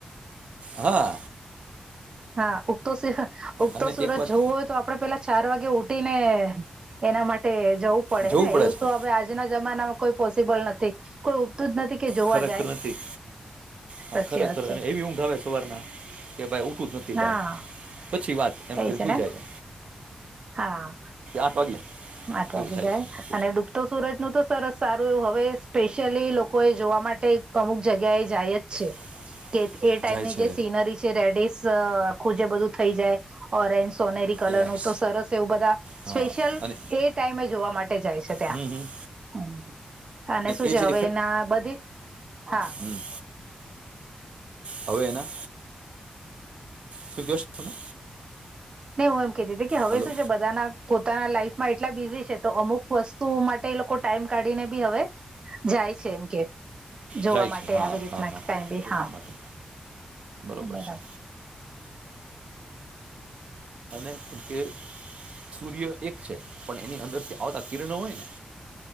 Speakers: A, on the right; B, on the right.
A: હા.
B: હા. ઉગતો <unintelligible> ઉગતો
A: અને
B: સુરજ
A: એક વાત
B: જોવો હોય તો આપડે પેલા ચાર વાગે ઉઠી ને એના માટે જવું પડે
A: જોવું
B: ને. એવું
A: છે
B: તો હવે આજ આજના જમાનામાં કોઈ પોસિબલ નથી. કોઈ ઉઠતું જ નથી. કે જોવા
A: ખરેખર
B: જાય
A: નથી. હા
B: સાચી
A: ખરેખર,
B: વાત છે
A: અને એવી ઊંઘ આવે સવારના. કે ભાઈ ઉઠુંવુ જ નથી
B: હા
A: ભાઈ પછી વાત એમ કરી
B: એ છે
A: સૂઈ
B: ને
A: જાય.
B: હા.
A: કે આઠ વાગે
B: આઠ
A: એવું
B: વાગી
A: થાય
B: જાય.
A: છે સાચું
B: અને
A: છે
B: ડૂબ ઉગતો સુરજનું તો સરસ સારું એવું હવે સ્પેશ્યલી લોકો એ જોવા માટે અમુક જગ્યા એ જાય જ છે.
A: <unintelligible>
B: કે એ ટાઈમે
A: જાય છે
B: જે સીનરી છે રેડીસ આખું જે બધું થઈ જાય. ઓરેન્જ, સોનેરી કલર
A: યસ
B: નો સરસ એવું બધા
A: હા
B: સ્પેશિયલ
A: અને
B: એ ટાઈમે જોવા માટે જાય છે ત્યાં.
A: હમ હમ
B: અને શું
A: એ
B: છે
A: જે
B: હવે એના બધી હા
A: હમ્મ હવે એના શું ક્યો છો તમે?
B: નહીં હું એમ કેતી તી કે હવે
A: હલો
B: શું છે બધાના પોતાના લાઈફમાં એટલા બિઝી છે, તો અમુક વસ્તુઓ માટે એ લોકો ટાઈમ કાઢીને બી હવે જાય છે એમ કે જોવા
A: જાય
B: માટે
A: છે હા
B: આવી રીતના
A: હા હા
B: કાંઈ બી
A: જોવા
B: હા.
A: માટે બરોબર
B: <unintelligible>
A: છે અનેને કે સૂર્ય એક છે, પણ એની અંદરથી આવતા કિરણો ઓય ને